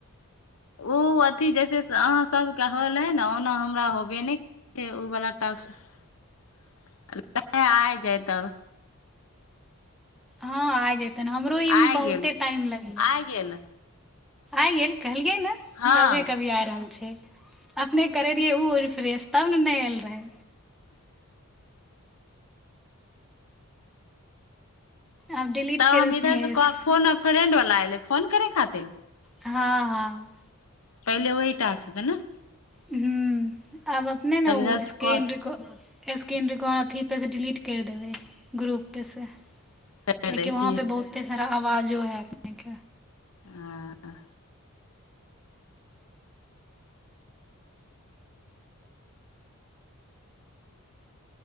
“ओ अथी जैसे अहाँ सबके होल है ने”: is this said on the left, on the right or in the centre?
Left